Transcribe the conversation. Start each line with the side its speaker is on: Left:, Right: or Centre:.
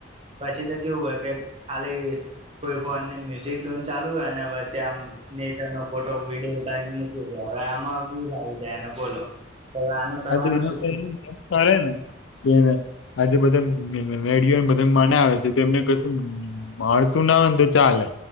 Right: પછી તો કેવું હોય કે ખાલી. કોઈ ફોન ની મ્યુઝિક ટન ચાલુ હોય ને વચ્ચે આમ નેટ નો ફોટો વિડીયો ત મૂક દે હવે આમાં બુઝ આવી જાય અનેને બોલો તો હવે આનું કરવાનું
Left: અ કીનો
Right: શું
Left: કરીને તેને. આજે બધા મેડયોને બધા મને આવે છે તો એમને કશું. મળતું ના હોયને તો ચાલે